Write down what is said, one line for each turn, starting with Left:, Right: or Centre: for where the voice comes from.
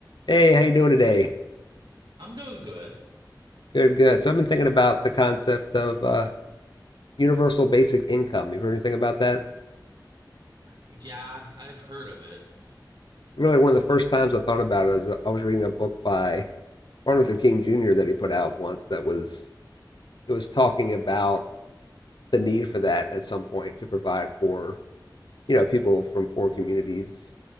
Left: Hey, how you doing today?
Right: I'm doing good.
Left: Good, good. So I've been thinking about the concept of uh, universal basic income. You've heard anything about that?
Right: Yeah, I've heard of it.
Left: Really, one of the first times I thought about it is uh, I was reading a book by Martin Luther King Jr. that he put out once that was it was talking about the need for that at some point to provide for you know people from poor communities